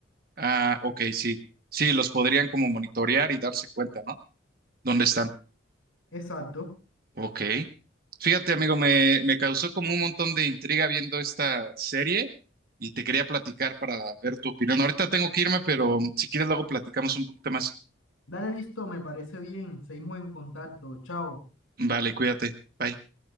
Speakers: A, on the right (about 45°); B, on the left (about 85°).
A: Ah, ok, sí. Sí, los podrían como monitorear y darse cuenta, ¿no? ¿Dónde están?
B: Exacto.
A: Ok. Fíjate, amigo, me, me causó como un montón de intriga viendo esta serie y te quería platicar para ver tu opinión. Ahorita tengo que irme, pero si quieres luego platicamos un poquito más.
B: Dale listo, me parece bien, seguimos en contacto, chao.
A: Vale, cuídate. Bye.